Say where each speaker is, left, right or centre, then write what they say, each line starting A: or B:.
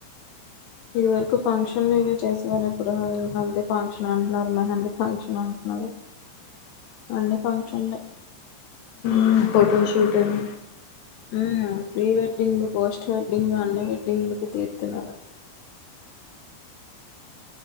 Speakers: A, on the left; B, on the left.
A: ఇది వరకు ఫంక్షన్లు ఇవి చేసేవాళ్ళు ఇప్పుడు హాల్ది ఫంక్షన్ అంటన్నారు మెహందీ ఫంక్షన్ అంటన్నారు అన్నీ ఫంక్షన్లే
B: ఉమ్ ఫోటో షూట్ అని
A: ఉమ్ ప్రి వెడ్డింగ్ పోస్ట్ వెడ్డింగ్ అన్ని వెడ్డింగ్లకి తీత్తున్నారు